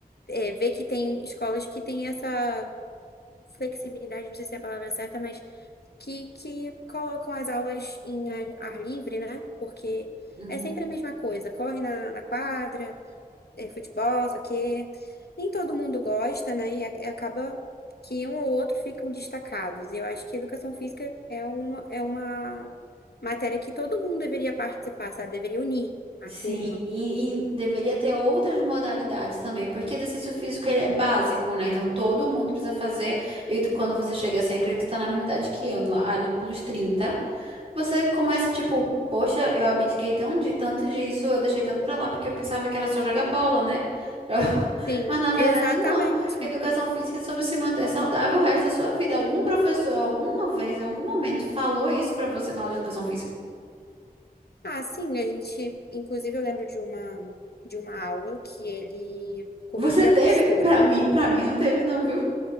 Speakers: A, on the left (about 85°); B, on the right (about 35°).
A: é, ver que tem escolas que têm essa flexibilidade, não sei se é a palavra certa, mas que, que colocam as aulas em ar ar livre, né? Porque
B: Uhum.
A: é sempre a mesma coisa, corre na, na quadra, é futebol, isso aqui. Nem todo mundo gosta, né? E a- acaba que um ou outro ficam destacados. E eu acho que educação física é uma, é uma matéria que todo mundo deveria participar, sabe? Deveria unir a
B: Sim,
A: turma.
B: e, e deveria ter outras modalidades também, porque exercício físico ele é básico, né? Então todo mundo precisa fazer. E quando você chega assim, acredito que você está na mesma idade que eu, lá- ali pelos 30. Você começa tipo, poxa, eu abdiquei tão de, tanto disso, eu deixei tanto pra lá, porque eu pensava que era só jogar bola, né? Joga <laughs> bola.
A: Sim,
B: Mas na verdade,
A: exatamente.
B: não. Educação física é sobre se manter saudável o resto da sua vida. Algum professor, alguma vez, em algum momento, falou isso pra você na aula de educação física?
A: Ah, sim, a gente, inclusive eu lembro de uma de uma aula que ele corrigia
B: Você teve?
A: a postura.
B: Pra mim, pra mim não teve, não, viu?